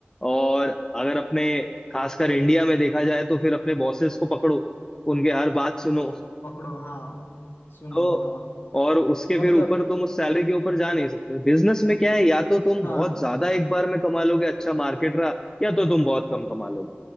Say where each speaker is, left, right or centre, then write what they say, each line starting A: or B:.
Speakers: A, on the left; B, on the left.
A: और अगर अपने खासकर इंडिया में देखा जाए तो फिर अपने बॉसेस को पकड़ो उनके हर बात सुनो
B: पकड़ो हाँ सुनो
A: तो
B: हाँ
A: और उसके
B: तो
A: फिर
B: मतलब
A: ऊपर तुम उस सैलरी के ऊपर जा नहीं सकते बिजनेस में क्या है या तो तुम
B: हाँ
A: बहुत ज्यादा एक बार में कमा लोगे अच्छा मार्केट रहा या तो तुम बहुत कम कमा लोगे